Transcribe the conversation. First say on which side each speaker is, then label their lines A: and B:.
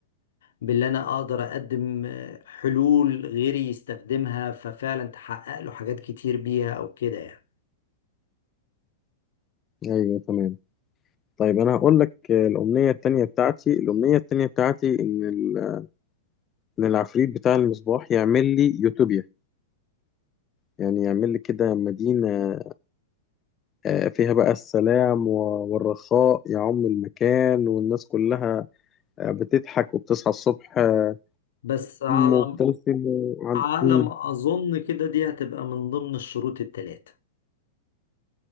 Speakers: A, on the left; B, on the left.
A: باللي أنا أقدر أقدم حلول غيري يستخدمها ففعلا تحقق له حاجات كتير بيها أو كده يعني
B: أيوه تمام طيب أنا هقول لك آه، الأمنية التانية بتاعتي الأمنية التانية بتاعتي إن ال ان العفريت بتاع المصباح يعمل لي يوتوبيا يعني يعمل لي كده مدينة آه، فيها بقى السلام و- والرخاء يعم المكان والناس كلها آه، بتضحك وبتصحى الصبح آه،
A: بس على
B: مبتسم وعن...
A: على
B: مم.
A: ما أظن كده دي هتبقى من ضمن الشروط التلاتة